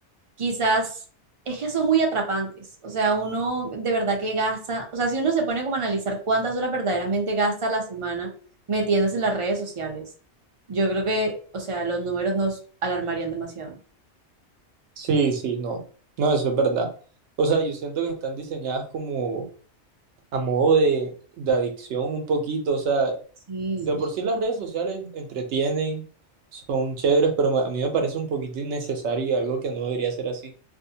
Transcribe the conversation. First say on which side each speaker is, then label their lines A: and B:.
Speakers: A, on the right; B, on the right.
A: quizás es que son muy atrapantes. O sea, uno de verdad que gasta, o sea, si uno se pone como a analizar cuántas horas verdaderamente gasta a la semana metiéndose en las redes sociales, yo creo que, o sea, los números nos alarmarían demasiado.
B: Sí, sí, no. No, eso es verdad. O sea, yo siento que están diseñadas como a modo de, de adicción un poquito. O sea,
A: Sí.
B: de por sí las redes sociales entretienen, son chéveres, pero a mí me parece un poquito innecesario y algo que no debería ser así,